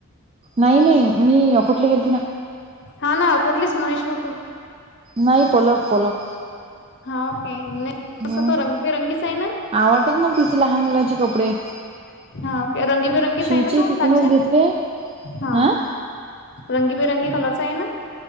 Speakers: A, on the right; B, on the left.
A: नाही नाही मी अ कुठली गेलती ना.
B: हा ना कुठलेच महेश मगदूम.
A: नाही पलक पलक.
B: हा ओके,
A: हा
B: तसा तो रंगबिरंगीच आहे ना?
A: आवडतात मग तिचे लहान मुलाचे कपडे.
B: हा ओके, रंगीबिरंगीच
A: शिवचे
B: आहे ना तो
A: तिथूनच
B: लाचा?
A: घेतले
B: हा.
A: आं
B: रंगीबेरंगी कलरच आहे ना?